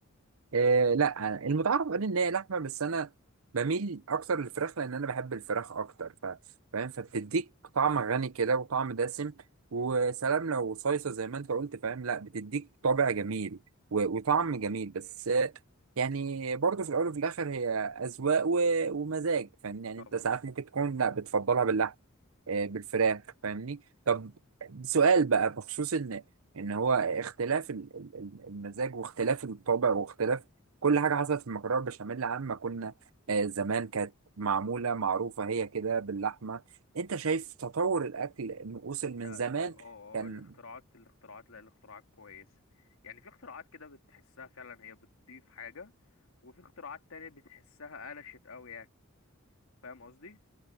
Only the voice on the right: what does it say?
إيه لا المتعارف عليه ان هي لحمه بس انا بميل اكتر للفراخ لان انا بحب الفراخ اكتر ف... فاهم فبتديك طعم غني كده وطعم دسم وسلام
لو صيصه زي ما انت قلت فاهم لا بتديك طابع جميل و... وطعم جميل بس آه، يعني برضه في الاول وفي الاخر هي اذواق و... ومزاج فاهمني يعني
انت ساعات ممكن تكون لا بتفضلها باللحم آه، بالفراخ فاهمني طب سؤال بقى بخصوص ان ان هو اختلاف ال- ال- ال- المزاج واختلاف الطبع واختلاف كل حاجة حصلت في المكرونة البشاميل عما كنا آه، زمان كانت معمولة معروفة هي كده باللحمة انت شايف تطور الأكل إنه وصل
من زمان
كان